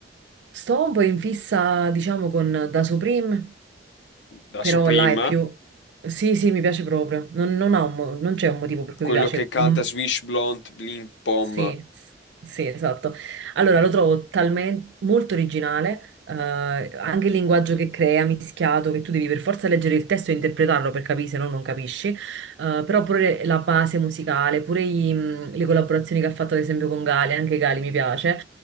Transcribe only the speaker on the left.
Da
Supreme,
quello
che canta
Swish Blunt Blink Bomb